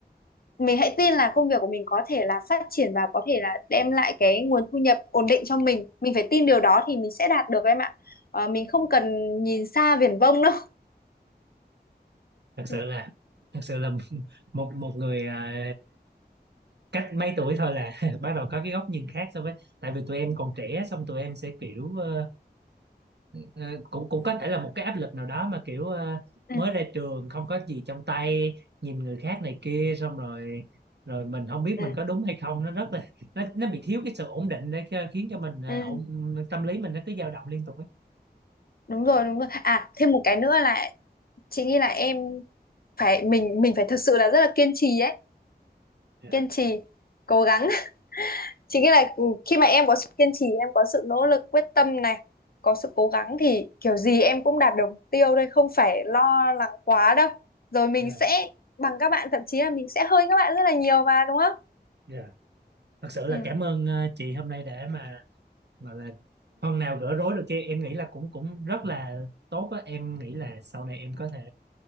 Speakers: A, on the left; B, on the right.
A: mình hãy tin là công việc của mình có thể là phát triển và có thể là đem lại cái nguồn thu nhập ổn định cho mình mình phải tin điều đó thì mình sẽ đạt được em ạ À, mình không cần nhìn xa viển vông đâu
B: thật sự
A: ừ,
B: là thật sự là một một người à, cách mấy tuổi thôi là <laughs> bắt đầu có cái góc nhìn khác so với tại vì tụi em còn trẻ xong tụi em sẽ kiểu ờ, ờ, cũng cũng có thể là một cái áp lực nào đó mà kiểu ờ,
A: ừ,
B: mới ra trường không có gì trong tay nhìn người khác này kia xong rồi rồi mình không biết
A: ừ,
B: mình có đúng hay không nó rất là nó nó bị thiếu cái sự ổn định để cho- khiến cho mình ờ,
A: ừ.
B: ổn, tâm lý mình nó cứ dao động liên tục ấy.
A: đúng rồi đúng rồi à thêm một cái nữa là chị nghĩ là em phải mình mình phải thật sự là rất là kiên trì ấy
B: Dạ,
A: kiên trì cố gắng chính nghĩa là ừ, khi mà em có sự kiên trì em có sự nỗ lực quyết tâm này có sự cố gắng thì kiểu gì em cũng đạt được mục tiêu đây không phải lo lắng quá đâu rồi mình
B: dạ,
A: sẽ bằng các bạn thậm chí là mình sẽ hơn các bạn rất là nhiều mà đúng không
B: dạ. Thật sự là
A: ừ
B: cảm ơn ờ, chị hôm nay để mà gọi là phần nào gỡ rối được kia em nghĩ là cũng cũng rất là tốt á em nghĩ là sau này em có thể